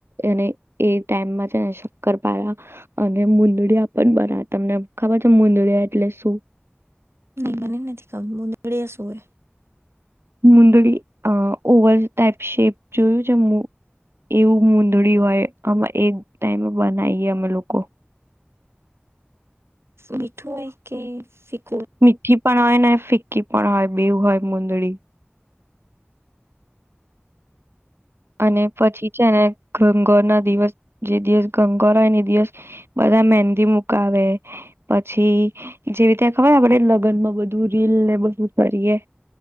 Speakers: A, on the right; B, on the right.
A: એને એ ટાઈમમાં જને શક્કર પાયા, અને મુંદડી પણ બરા તમને ખબર છે મુંદળિયા એટલે શું?
B: નહી મને નથી મુંદળીયા શું?
A: મુંદળ અ ઓવલ ટાઈપ શેપ જોયું છે, એવું મુંદડી હોય આમાં એક ટાઈમે બનાવીએ અમે લોકો.
B: મીઠુંઆઈ કે ફ
A: મીઠી પણ હોય ને ફિક્કી પણ હોય બેવું હોય મુંદડી. અને પછી છે ને ખંગો ના દિવસ જે દિવસ ગણગોર હોયે ને દિવસ, બધા મેંદી મુકાવે, પછી જેવી ત્યાં ખબર આપડે લગ્નમાં બધું રીલ ને બધું કરીયએ.